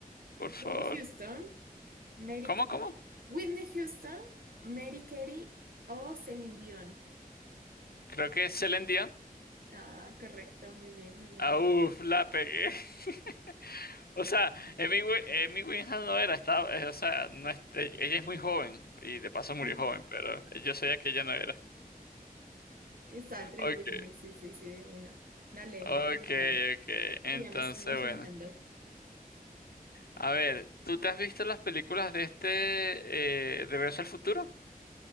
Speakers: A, on the left; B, on the right.
A: Por
B: Whitney
A: favor.
B: Houston, Mary
A: ¿Cómo,
B: Carey.
A: cómo?
B: Whitney Houston, Mary Carey o Celine Dion.
A: Creo que es Celine Dion.
B: Ah, correcto, muy bien, muy bien.
A: Ah, uf, la pegué. <laughs> O sea, Amy, Wi- Emi Winhouse no era, estaba, eh, o sea, no es- ella es muy joven y de paso murió
B: Ajá.
A: joven, pero yo sabía que ella no era.
B: Está entre
A: Ok.
B: Whitney, sí, sí, sí, de una. Dale,
A: Okay,
B: de una.
A: okay. Entonces,
B: Ya me estoy emocionando.
A: bueno. A ver, ¿tú te has visto las películas de este eh, Regreso al Futuro?